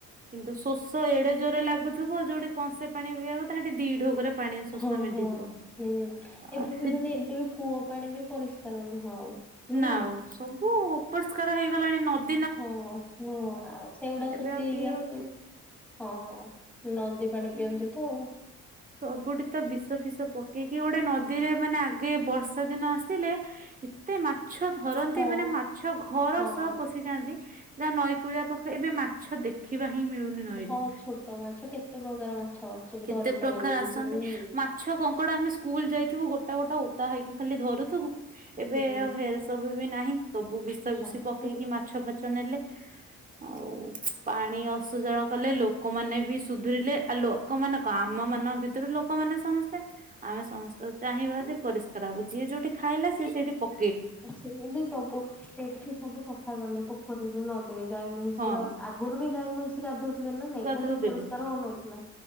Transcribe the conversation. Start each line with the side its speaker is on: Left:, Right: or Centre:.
Right: କିନ୍ତୁ ଶୋଷ ଏଡେ ଜୋରେ ଲାଗୁଥିବ ଯୋଉଠି କଂସେ ପାଣି ପିଇଆ କଥା ସେଠି ଦି ଢୋକରେ ପାଣି ଶୋଷ
Centre: ହଁ,
Right: ମେଣ୍ଟିଯିବ।
Centre: ହଁ, ହୁଁ ଏବେ
Right: ଆ ସେ
Centre: ବି ମାନେ ଏବେ ବି କୂଅ ପାଣି ବି ପରିଷ୍କାର ନୁହଁ ଆଉ।
Right: <unintelligible>
Centre: ନୁହଁ
Right: ସବୁ ଅପରିଷ୍କାର ହେଇଗଲାଣି ନ
Centre: ହଁ, ହଁ। ସେଇଗୁଡା
Right: ଏବେ
Centre: ଶୋଷି
Right: ଆଉ
Centre: ହେଇକି
Right: ପିଇ
Centre: ଆସୁଥିବ।
Right: ହଉଛି
Centre: ହଁ, ନଦୀ ପାଣି
Right: ନା।
Centre: ପିଅନ୍ତି ତ।
Right: ସବୁଠି ତ ବିଷ ଫିଷ ପକେଇକି, କି ଗୋଟେ ନଦୀରେ ମାନେ ଆଗେ ବର୍ଷା ଦିନ ଆସିଲେ ଏତେ ମାଛ ଧରନ୍ତି,
Centre: ହଁ
Right: ମାନେ ମାଛ ଘର
Centre: ହଁ।
Right: ସହ ପସ୍ ଯାନ୍ତି। ଯାହା ନଈକୂଳିଆ ପାଖ ଏବେ ମାଛ ଦେଖିବା ହିଁ ମିଳୁନି। ନଈରେ।
Centre: ହଁ, ଛୋଟ ମାଛ କେତେ ପ୍ରକାର ମାଛ ସବୁ
Right: କେତେ
Centre: ଧରିକି
Right: ପ୍ରକାର
Centre: ଆଣନ୍ତି।
Right: ଆସନ୍ତି
Centre: <unintelligible>
Right: ମାଛ, କଙ୍କଡା ଆମେ ସ୍କୁଲ ଯାଇଥିବୁ ଗୋଟା ଗୋଟା ଓଦା ହେଇକି ଖାଲି ଧରୁଥିବୁ। ଏବେ
Centre: ହୁଁ।
Right: ଆଉ ହେ ସବୁ ବି ନାହିଁ। ସବୁ ବିଷ ବି
Centre: ହଁ
Right: ବିଶି ପକେଇକି
Centre: ହୁଁ।
Right: ମାଛ ଫାଚ ନେଲେ। ଆଉ ପାଣି ଅସୋଚନ କଲେ ଲୋକମାନେ ବି ସୁଧୁରିଲେ। ଆ ଲୋ ଲୋକମାନେ କଣ ଆମମାନଙ୍କ ଭିତରୁ ଲୋକମାନେ ସମସ୍ ଆମେ ସମସ୍ତେ ଚାହିଁବା ଯଦି ପରିଷ୍କାର ହବ। ଯିଏ ଯୋଉଠି ଖାଇଲା ସିଏ ସେଇଠି ପ
Centre: ଆଛା। ଇନ୍ତି ସବୁ ସେଠି ସବୁ ସଫା କଲେ ପୋଖରୀରେ, ନଦୀରେ। ଗାଈ, ମଇଁଷି
Right: ହଁ
Centre: ଗୁରା ଆଗୁରୁ ବି ଗାଈ ମଇଁଷି ଗାଧଉଥିଲେ ନା ନାଇଁ,
Right: ଗାଧଉଥିଲେ
Centre: ହେଲେ ଅପରିଷ୍କାର ହଉନଥିଲା।